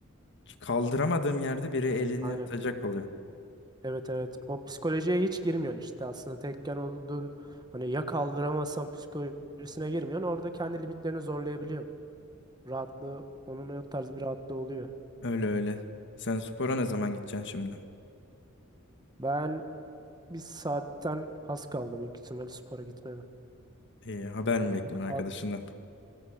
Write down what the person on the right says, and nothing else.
Aynen.
Evet evet. O psikolojiye hiç girmiyorsun işte aslında. Tekken olduğun hani ya kaldıramazsan psikolojisine girmiyorsun. Orada kendi limitlerini zorlayabiliyorsun. Rahatlığı onun o tarz bir rahatlığı oluyor.
Ben bir saatten az kaldı büyük ihtimalle spora gitmeme.
Yani
a-